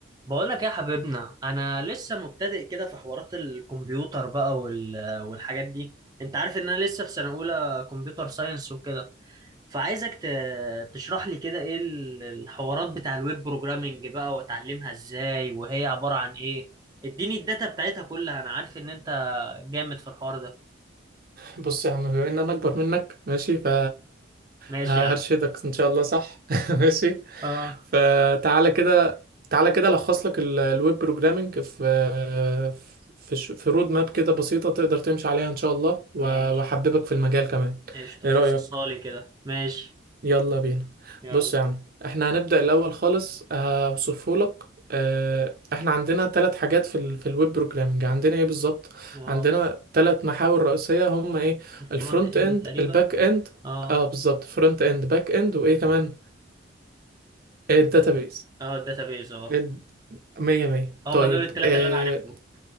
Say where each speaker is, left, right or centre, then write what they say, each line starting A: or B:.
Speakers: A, on the right; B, on the right.
A: بقولك يا حبيبنا انا لسه مبتدئ كده في حوارات الكمبيوتر بقى وال... والحاجات دي انت عارف ان انا لسه في سنة اولى كمبيوتر ساينس وكده فعايزك ت... تشرح لي كده ايه ال- الحوارات بتاع الويب بروجرامنج بقى واتعلمها ازاي وهي عبارة عن ايه اديني الداتا بتاعتها كلها انا عارف ان انت جامد في الحوار ده
B: بص يا عم بما ان انا اكبر منك ماشي ف
A: ماشي
B: هرشدك
A: يا عم
B: ان شاء الله صح <laughs> ماشي
A: اه
B: فتعالى كده تعالى كده الخص لك ال- الويب بروجرامنج في في ش- في رود ماب كده بسيطة تقدر تمشي عليها ان شاء الله و-
A: ماشي
B: واحببك في المجال كمان
A: ايش تفصصها
B: ايه رأيك
A: لي كده ماشي
B: يلا بينا
A: يلا
B: بص يا عم احنا هنبدأ الأول خالص هوصفهولك آه، احنا عندنا ثلاث حاجات في ال في الويب بروجرامنج عندنا ايه بالظبط
A: اه
B: عندنا ثلاث محاور رئيسية هم ايه
A: الفرونت
B: الفرونت
A: اند
B: اند
A: تقريبا
B: الباك اند
A: اه
B: اه بالظبط فرونت اند باك اند وايه كمان الداتابيز
A: اه الداتابيز اه
B: ال- مية مية
A: هم
B: طيب
A: دول الثلاثة
B: اه
A: اللي انا عارفهم